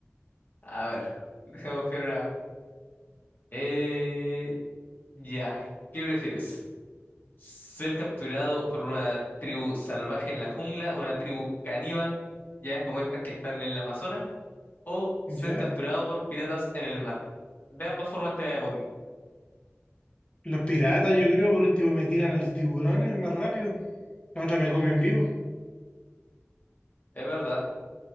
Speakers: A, on the left; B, on the left.
A: A ver, deja buscar una. Eh, ya, ¿qué prefieres? ser capturado por una tribu salvaje en la jungla, una tribu caníbal, ya como estas que están en el Amazonas, o ser
B: ¿Ya?
A: capturado por piratas en el mar. De ambas formas te voy a morir.
B: Los piratas, yo creo, por último me tiran a los tiburones más rápido. La otra me come en vivo.
A: Es verdad,